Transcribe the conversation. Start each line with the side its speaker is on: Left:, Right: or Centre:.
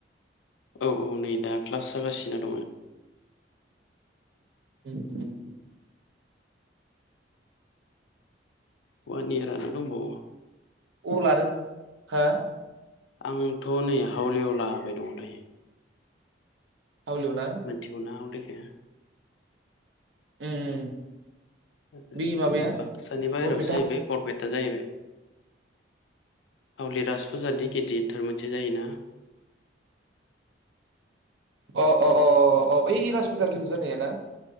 Left: औ औ नै दा क्लास जागासिनो दङ।
Right: उम उम।
Left: मनदिरानो दंबावो।
Right: अबाव लादों हो?
Left: आंथ' नै हावलियाव लाबाय दङ दायो।
Right: हावलिआव ना?
Left: मिथिगौना हावलिखो?
Right: उम।
Left: ओ
Right: बे माबाया
Left: बाक्सानि बाहेरायावसो
Right: बरपेटा
Left: जाहैबाय। बरपेटा जाहैबाय <inaudible> हावलि राजासफोरजाद गिदिरथार मोनसे जायोना।
Right: अ अ अ अ अ बै राज फुजा गिदिर जानाया ना?